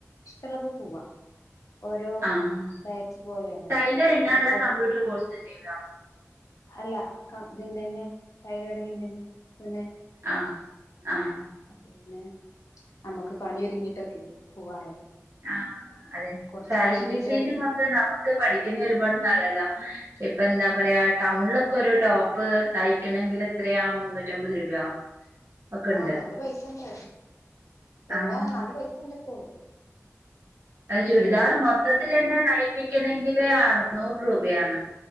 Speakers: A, on the left; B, on the right.
A: ഇഷ്ടള്ളപ്പോ പോവാ ഓരോ
B: ആഹ്
A: ബാച്ച് പോലെയാണ് അഹ്
B: ടൈലറിങ്ങാ
A: ബാച്ചാക്കിട്ട
B: അല്ല <unintelligible>
A: അല്ല ക ഇതിന്റെ തന്നെ ടൈലറിങ്ങിന്റെന്നെ തുന്ന
B: ആഹ ആഹ
A: അപ്പപിന്നെ അമ്മക്ക് പണിയൊരുങ്ങിട്ടൊക്കെ പോവാലോ.
B: ആഹാ അതെ
A: കൊറച്ച്
B: ഫാഷൻ
A: വൈകിച്ചാലും
B: ഡിസൈനിങ്ങൊക്കെ നമക്ക് പഠിക്കുെന്നെ ഒരുപാട് നല്ലതാ. ഇപ്പെന്താ പറയാ ടൗൺലൊക്കൊരു ടോപ്പ് തയ്ക്കെണങ്കിലെത്രയാ മുന്നൂറ്റമ്പത് രൂപയോ? ഒക്കെ ഉണ്ട്
A: ആഹാ നല്ല പൈസണ്ട് എല്ലാ
B: ആഹ്
A: നല്ല പൈസണ്ട്പ്പോ
B: അത് ചുരിദാർ മൊത്തത്തിലെന്നെ തയ്പ്പിക്കണെങ്കില് അറന്നൂറ് രൂപയാണ്.